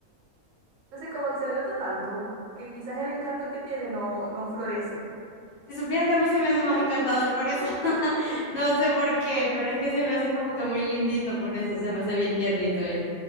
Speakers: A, on the right (about 65°); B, on the left (about 85°).
A: Entonces como que se le nota tanto que quizás el encanto que tiene no, no florece.
B: Si supieras que a mí se me hace más encantador por eso. <laughs>
A: <laughs>
B: No sé por qué, pero es que se me hace como que muy lindito por eso. Se me hace bien tiernito él.